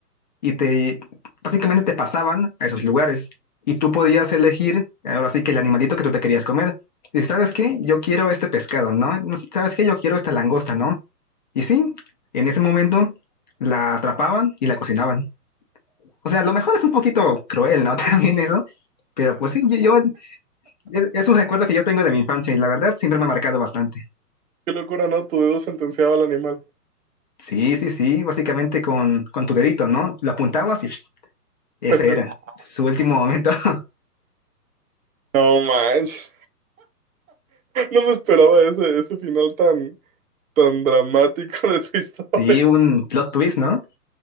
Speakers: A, on the left; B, on the right.
A: y te básicamente te pasaban a esos lugares y tú podías elegir, ahora sí que el animalito que tú te querías comer. Y sabes qué, yo quiero este pescado, ¿no? No, ¿Sabes qué? Yo quiero esta langosta, ¿no? Y sí, en ese momento la atrapaban y la cocinaban. O sea, a lo mejor es un poquito cruel, ¿no? <laughs> También eso, pero pues sí, yo, yo- es, es un recuerdo que yo tengo de mi infancia y la verdad siempre me ha marcado bastante.
B: Qué locura, ¿no? Tu dedo sentenciaba al animal.
A: Sí, sí, sí, básicamente con, con tu dedito, ¿no? Lo apuntabas y <sniffs> ese
B: <laughs>
A: era su último momento. <laughs>
B: No manches. No me esperaba ese, ese final tan, tan dramático de tu historia.
A: Sí,
B: <laughs>
A: un plot twist, ¿no?